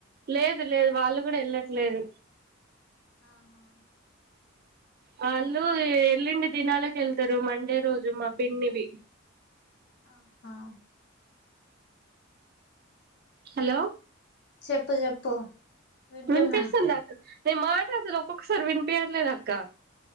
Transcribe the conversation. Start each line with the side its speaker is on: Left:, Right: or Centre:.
Right: లేదు లేదు వాళ్ళు కూడా వెళ్ళట్లేదు
Left: ఆహా
Right: వాళ్ళు వెళ్ళిండి దినాలకి వెళ్తారు మండే రోజు మా పిన్నివి
Left: ఆహా
Right: హలో
Left: చెప్పు చెప్పు వింటున్నా
Right: వినిపిస్తుందా అక్క నేను మాట్లాలు ఒకక్క సరి వినిపియట్లేదు అక్క